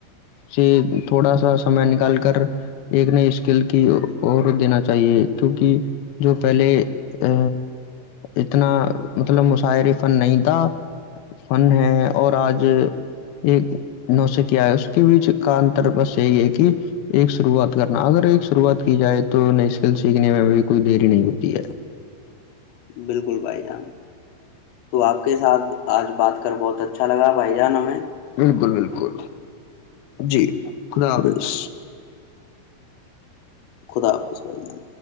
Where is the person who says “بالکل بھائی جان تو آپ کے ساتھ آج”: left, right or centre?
Left